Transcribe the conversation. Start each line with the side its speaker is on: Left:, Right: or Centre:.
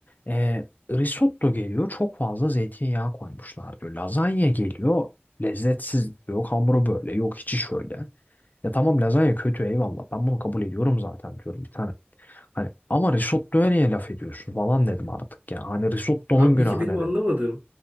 Left: E, risotto geliyor çok fazla zeytinyağı koymuşlar diyor. Lazanya geliyor lezzetsiz diyor. Hamuru böyle yok içi şöyle. Ya tamam lazanya kötü eyvallah ben bunu kabul ediyorum zaten diyorum bir tane. Hani ama risottoya niye laf ediyorsun falan dedim artık ya. Hani risottonun
Right: abi peki
Left: günahı
Right: benim
Left: ne
Right: anlamadığım
Left: dedim.